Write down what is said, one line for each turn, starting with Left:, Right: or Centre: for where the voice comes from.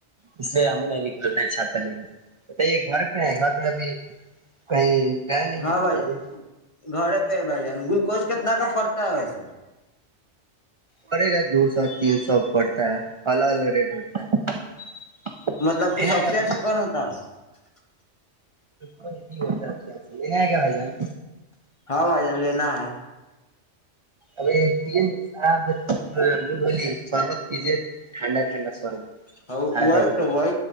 Right: اس لیے ہمیں نہیں نکل رہ ہیں چھات لے کےے گھر پہ ہے گھر پہ ابھی کہیں گیا نہیں
Left: ہاں
Right: ہے بتائیے
Left: بھائی گھر بھ ج گلکز کتنا کا پڑتا ہےس
Right: پڑے گا دو سو تین سو پڑتا ہے الگ الگ ریٹ ہوتا ہے
Left: مطلب کہ سب
Right: گ
Left: سے
Right: بھائی
Left: اچھا کون ہوتا <inaudible>
Right: وہ بھی ہوتاات کیا فائی جان
Left: ہاں بھائی جان لینا ہے
Right: ا پ آ مدلی شربت پیزے ٹھنڈا ٹھنڈا شربت
Left: ہ
Right: فائدہ
Left: و
Right: کرے
Left: تو و